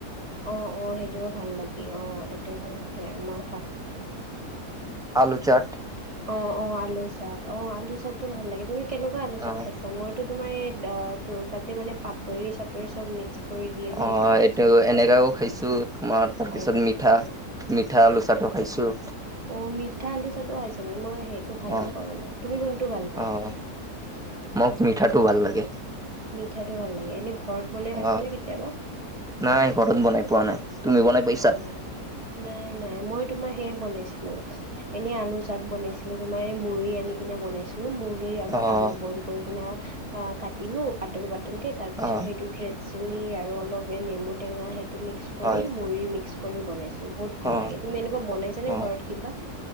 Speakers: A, on the right; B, in the centre.
A: অ অ সেইটোও ভাল লাগে অ সেইটোও ভাল লাগে আৰু মই খাওঁ।
B: আলু চপ।
A: অ অ আলু চপ অ আলু চপ টো ভাল লাগে তুমি কেনেকুৱা আলু চপ
B: অ',
A: খাইছা? মইতো তোমাৰ ত তাতে মানে পাপৰি চাপৰি চব মিক্স কৰি দিয়ে যে
B: অ
A: সেইটো খাইছোঁ
B: এইটো এনেকাও খাইছো তোমাৰ তাৰপিছত
A: আৰু
B: মিঠা। মিঠা আলু চপো খাইছো।
A: অ মিঠা আলু চপো খাইছে নেকি মই সেইটো ভাল
B: অ',
A: নাপাও ইমান তুমি কোনটো ভাল পোৱা?
B: অ', মোক মিঠাটো ভাল লাগে।
A: মিঠাটো ভাল লাগে এনে ঘৰত বনাই
B: অ',
A: পাইছানে কেতিয়াবা?
B: নাই ঘৰত বনাই পোৱা নাই তুমি বনাই পাইছা?
A: অ নাই নাই মই তোমাৰ সেয়ে বনাইছিলো। এনেই আলু চপ বনাইছিলো তোমাৰ এই মুড়ি আনি কিনে বনাইছো। মুড়ি আৰু
B: অ',
A: আলু বইল কৰি পিনি অ কাটিলো পাতল পাতলকে তাৰ পিছত
B: অ',
A: সেইটো ড্ৰে চিলি আৰু অলপ নেমু টেঙা সেইটো মিক্স কৰি
B: হয়
A: মুড়ি মিক্স কৰি বনাইছোঁ। বহুত ভাল
B: অ',
A: লাগে তুমি এনেকুৱা বাইছানে
B: অ',
A: কিবা?